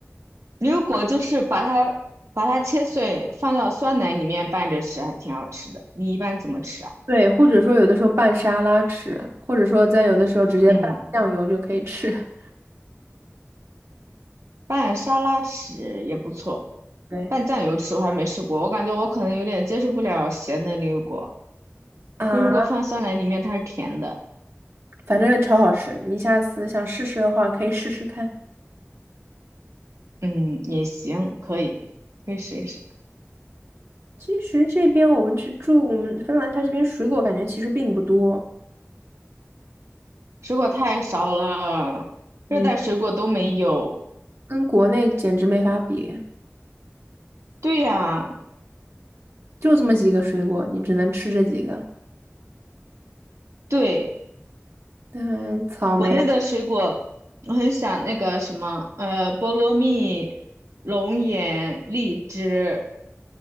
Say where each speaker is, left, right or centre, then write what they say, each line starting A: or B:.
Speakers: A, on the right; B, on the right.
A: 牛油果就是把它把它切碎，放到酸奶里面拌着吃，还挺好吃的。你一般怎么吃啊？
B: 对，或者说有的时候拌沙拉吃，或者说在有的时候直接拌酱油就可以吃。
A: 嗯。
B: <laughs>
A: 拌沙拉吃也不错，
B: 对
A: 拌酱油吃我还没试过，我感觉我可能有点接受不了咸的牛油果。
B: 啊，
A: 牛油果放酸奶里面它是甜的，
B: 反正超好吃，你下次想试试的话可以试试看。
A: 嗯，也行，可以，可以试一试。
B: 其实这边我们去住，我们芬兰它这边水果感觉其实并不多，
A: 水果太少了，
B: 嗯，
A: 热带水果都没有。
B: 跟国内简直没法比，
A: 对呀，
B: 就这么几个水果，你只能吃这几个。
A: 对，
B: 嗯，草莓啊，
A: 国内的水果我很想那个什么，呃，菠萝蜜、龙眼、荔枝、